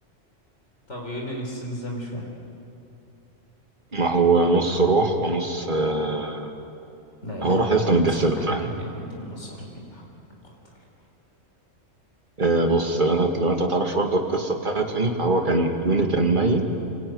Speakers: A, on the left; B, on the right.
A: طب يونين السن ازاي مش فاهم
B: ما هو نص روح ونص آه
A: لا اله
B: هو روح
A: الا
B: يا اسطى
A: انت
B: متجسدة
A: سبحانك
B: فاهم
A: اني كنت من الظالمين لا حول ولا قوة الا
B: آه بص لو انت لو انت ما تعرفش برضه القصة بتاعت يوني فهو كان يوني كان ميت